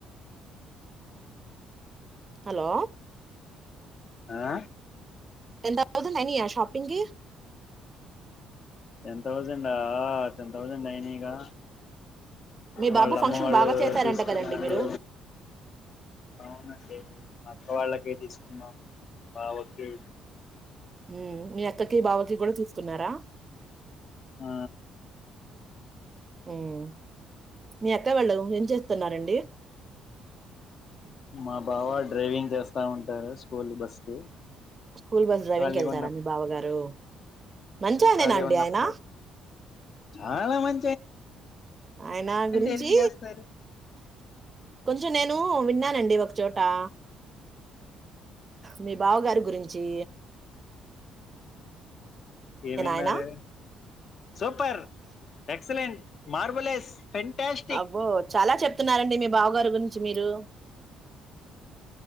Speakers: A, on the right; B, on the left.
A: హలో
B: ఆ
A: ఎంత థౌసండ్ అయినయా షాపింగ్ కి
B: టెన్ థౌసండ్ ఆ టెన్ థౌసండ్ అయినాగా
A: మీ
B: వాళ్ళ
A: బాబు ఫంక్షన్
B: అమ్మ వాళ్ళు
A: బాగా చేశారంట
B: తీసుకున్నారు
A: గదండీ మీరు?
B: అవునండి మా అక్క వాళ్ళకి తీసుకున్నాము మా బావకి
A: హ్మ్ మీ అక్కకి బావకి కూడా తీసుకున్నారా
B: ఆ
A: హ్మ్ మీ అక్క వాళ్ళ ఏం చేస్తున్నరండి
B: మా బావ డ్రైవింగ్ చేస్తా ఉంటారు స్కూల్ బస్ కి
A: స్కూల్ బస్ డ్రైవింగ్క
B: ఖాళీ
A: వెళ్తారా
B: ఉన్న
A: మీ బావ గారు మంచి ఆయనేనా
B: ఖాళీ
A: అండి
B: ఉన్నప్పుడు
A: ఆయన
B: చాలా మం
A: ఆయన గురించి
B: హెల్ప్ చేస్తారు
A: కొంచెం నేను విన్నానండి ఒక చోటా మీ బావ గారి గురిం చి
B: ఏమిన్నారు
A: ఆయన?
B: సూపర్ ఎక్సలెంట్ మార్బులే ఫెన్ంటాస్టిక్
A: అబ్బో చాలా చెప్తున్నారండి మీ బావ గారు గురించి మీరు